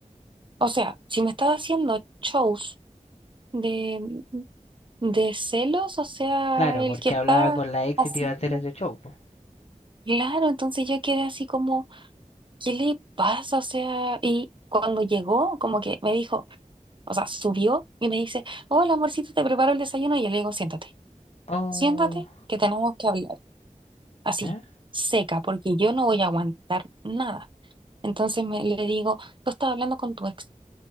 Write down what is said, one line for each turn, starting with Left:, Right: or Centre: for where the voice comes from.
Right: o sea, si me estaba haciendo shows. De, De celos, o sea,
Left: Claro, porque
Right: el que está
Left: hablaba con la ex
Right: haciendo,
Left: y te iba a hacer ese show. po.
Right: claro, entonces yo quedé así como, ¿qué le pasa? O sea, y cuando llegó, como que me dijo, o sea, subió y me dice, hola amorcito, te preparo el desayuno, y yo le digo, siéntate,
Left: Oh,
Right: siéntate, que tenemos que hablar, así,
Left: ya.
Right: seca, porque yo no voy a aguantar nada. Entonces me, le digo, tú estás hablando con tu ex.